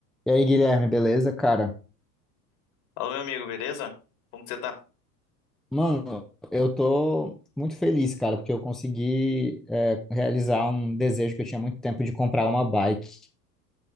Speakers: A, in the centre; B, on the left (about 50°).
A: E aí, Guilherme, beleza, cara?
B: Fala, meu amigo, beleza? Como que você tá?
A: Mano, eu tô muito feliz, cara, porque eu consegui é, realizar um desejo que eu tinha muito tempo de comprar uma bike.